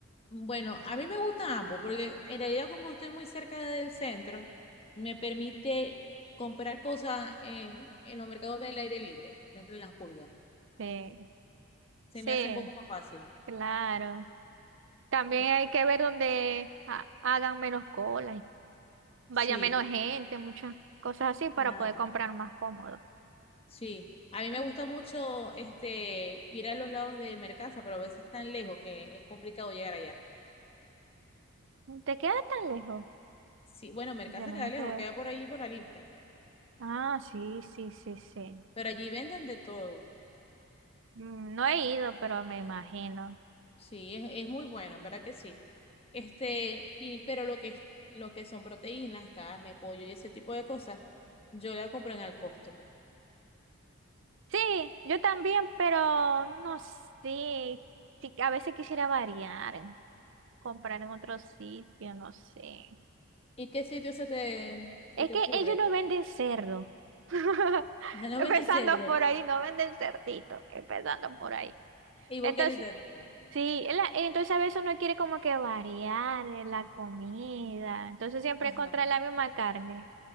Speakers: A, on the left (about 25°); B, on the right (about 60°).
A: bueno, a mí me gustan ambos porque en realidad como estoy muy cerca del centro, me permite comprar cosas eh, en los mercados del aire libre, por ejemplo en las pulgas.
B: Sí,
A: Se
B: sí,
A: me hace un poco más fácil.
B: claro. También
A: Eh,
B: hay que ver donde ha- hagan menos colas, y vaya
A: Sí,
B: menos gente, muchas cosas así para
A: claro,
B: poder comprar más cómodo.
A: sí. A mí me gusta mucho este ir a los lados de Mercasa, pero a veces es tan lejos que es complicado llegar allá.
B: ¿Te queda tan lejos?
A: Sí, bueno, Mercasa
B: Yo no
A: queda
B: me estoy-
A: lejos, queda por allí por la limpia,
B: Ah, sí, sí, sí, sí.
A: pero allí venden de todo.
B: Mm, No he ido, pero me imagino.
A: Sí, es, es muy bueno, en verdad que sí. Este, y pero lo que es- lo que son proteínas, carne, pollo y ese tipo de cosas, yo la compro en al costo.
B: Sí, yo también, pero no sé. Sí, a veces quisiera variar, comprar en otro sitio, no sé.
A: ¿Y qué sitio se te se
B: Es
A: te
B: que
A: ocurre?
B: ellos no venden cerdo. <laughs>
A: <laughs> No
B: Empezando
A: venden cerdo
B: por ahí, no venden cerdito, empezando por ahí.
A: y vos
B: Entonces,
A: querés cerdo.
B: sí, la- entonces a veces uno quiere como que variar en la comida. Entonces siempre
A: Ajá.
B: encontrar la misma carne.